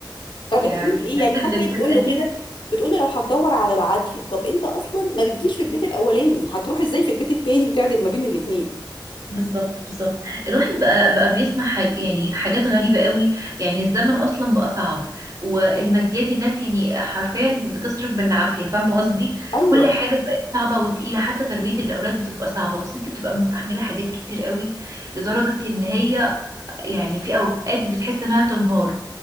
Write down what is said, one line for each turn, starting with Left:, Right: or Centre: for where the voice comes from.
Left: فبتقول
Right: يعني
Left: ايه
Right: الناس
Left: يعني حتى
Right: اللي بتبقى
Left: هي بتقول له
Right: كده
Left: كده بتقول له لو هتدور على العدل طب انت اصلا ما بتجيش في البيت الاولاني هتروح ازاي في البيت التاني وتعدل ما بين الاتنين
Right: بالظبط بالظبط الواحد بقى بقى بيسمع حاج يعني حاجات غريبة قوي يعني الزمن أصلا بقى صعب والماديات الناس يعني حرفيا بتصرف بالعافية فاهمة قصدي
Left: ايوه
Right: كل حاجة بقت صعبة وتقيلة حتى تربية الأولاد بتبقى صعبة والست بتبقى مستحملة حاجات كتير قوي لدرجة إن هي يعني في أوقات بتحس إنها تنهار